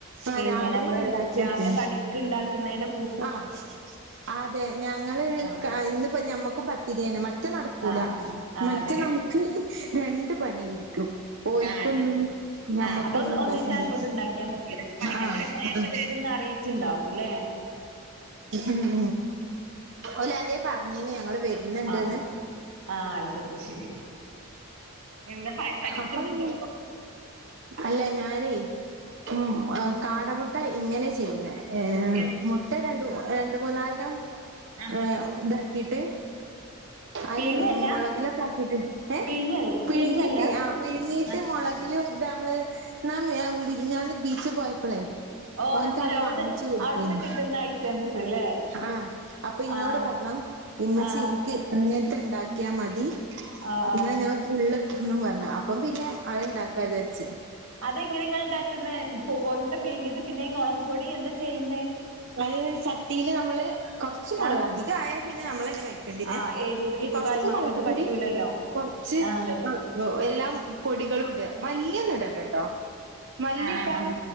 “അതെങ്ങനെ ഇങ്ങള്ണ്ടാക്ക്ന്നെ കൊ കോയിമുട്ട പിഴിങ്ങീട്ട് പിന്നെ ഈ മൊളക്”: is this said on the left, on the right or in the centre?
Right